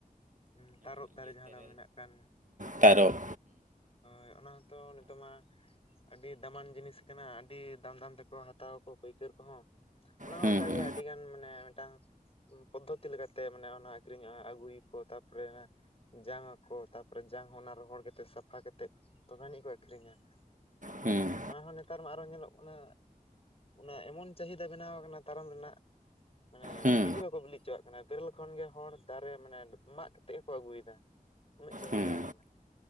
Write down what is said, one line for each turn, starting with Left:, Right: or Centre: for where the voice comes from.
Left: ᱦᱩ ᱸ ᱛᱟᱨᱚᱯ ᱫᱟᱨᱮ ᱡᱟᱦᱟᱸ ᱫᱚ ᱢᱮᱱᱟᱜ ᱠᱟᱱ
Right: ᱛᱟᱨᱚᱯ,
Left: ᱦᱳᱭ ᱚᱱᱟ ᱦᱚᱛᱚ ᱱᱤᱛᱚᱜ ᱢᱟ, ᱟᱹᱰᱤ ᱫᱟᱢᱟᱱ ᱡᱤᱱᱤᱥ ᱠᱟᱱᱟ ᱟᱹᱰᱤ ᱫᱟᱢ ᱫᱟᱢ ᱛᱮᱠᱚ ᱦᱟᱛᱟᱣᱼᱟᱠ ᱯᱟᱹᱭᱠᱟᱹᱨ ᱠᱚᱦᱚᱸ, ᱚᱱᱟ ᱦᱚᱸ
Right: ᱦᱮᱸ
Left: ᱚᱱᱠᱟᱜᱮ
Right: ᱦᱮᱸ
Left: ᱟᱹᱰᱤ ᱜᱟᱱ ᱢᱟᱱᱮ ᱢᱮᱴᱴᱟᱝ ᱯᱚᱫᱽᱫᱷᱚᱛᱤ ᱞᱮᱠᱟᱛᱮ ᱢᱟᱱᱮ ᱚᱱᱟ ᱟᱠᱷᱨᱤᱧᱚᱜᱼᱟ ᱟᱹᱜᱩᱭ ᱟᱠᱚ ᱛᱟᱨᱯᱚᱨᱮ ᱡᱟᱝ ᱟᱠᱚ ᱛᱟᱯᱚᱨᱮ ᱡᱟᱝ ᱦᱚ ᱚᱱᱟ ᱨᱚᱦᱚᱲ ᱠᱟᱛᱮ ᱥᱟᱯ ᱯᱷᱟ ᱠᱟᱛᱮᱫ ᱛᱚᱵᱮ ᱟᱹᱱᱤᱡ ᱠᱚ ᱟᱹᱠᱷᱨᱤᱧᱟ ᱾
Right: ᱦᱩᱸ
Left: ᱚᱱᱟᱦᱚᱸ ᱱᱮᱛᱟᱨ ᱢᱟ ᱟᱨᱚ ᱧᱮᱞᱚᱜ ᱠᱟᱱᱟ ᱚᱱᱟ ᱮᱢᱚᱱ ᱪᱟᱦᱤᱫᱟ ᱵᱮᱱᱟᱣ ᱟᱠᱟᱱᱟ ᱛᱟᱨᱟᱢ ᱨᱮᱱᱟᱜ, ᱢᱟᱱᱮ
Right: ᱦᱮᱸ
Left: ᱵᱤᱞᱤ ᱵᱟᱠᱚ ᱵᱤᱞᱤ ᱦᱚᱪᱚᱣᱟᱜ ᱠᱟᱱᱟ ᱛᱚᱵᱩ, ᱡᱚ ᱠᱷᱚᱱ ᱜᱮ ᱦᱚᱲ ᱫᱟᱨᱮ ᱢᱟᱱᱮ ᱢᱟᱜ ᱠᱟᱛᱮᱫ ᱦᱚᱸᱠᱚ ᱟᱹᱜᱩᱭ ᱫᱟ, ᱩᱱᱟᱹᱜ ᱪᱟᱹᱦᱤ
Right: ᱦᱮᱸ
Left: ᱫᱟ ᱟᱠᱟᱱᱟ᱾